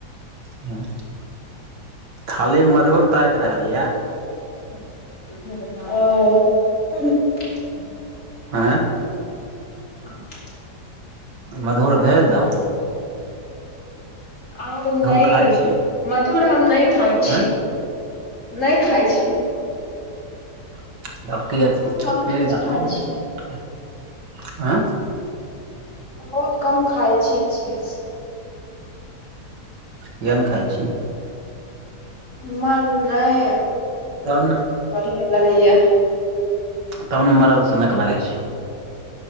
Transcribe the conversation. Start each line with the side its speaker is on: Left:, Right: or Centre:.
Right: हँ खाली मधुर ताकि रहल यए
Left: ओ
Right: आँ
Left: ह <inaudible>
Right: मधुर भेज दहुँ
Left: ह <inaudible> ओ न
Right: खाइ छी
Left: मधुर हम खाय छी
Right: आँय
Left: नहि खाइ छी
Right: सब
Left: हम
Right: की
Left: बहुत कम
Right: क
Left: चीज खाइ छी
Right: <inaudible> आँ
Left: हम बहुत कम खाइ छी चीज
Right: केहन खाइ छीिय
Left: मन नहि उ
Right: तब ने
Left: बढ़िआ लगैय या
Right: तब ने मरल सँनक लागै छी